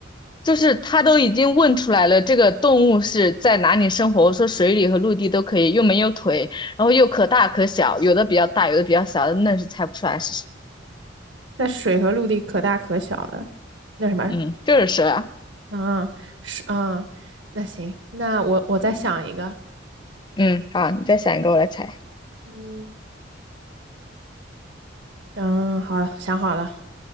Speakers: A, on the left; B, on the right.
A: 就是他都已经问出来了，这个动物是在哪里生活？我说水里和陆地都可以，又没有腿，然后又可大可小，有的比较大，有的比较小，那是猜不出来是，
B: 在水和陆地可大可小的，那什么，
A: 嗯，就是蛇啊。
B: 啊，是啊，那行，那我我再想一个，
A: 嗯，好，你再想一个，我来猜。
B: 嗯，嗯，好想好了，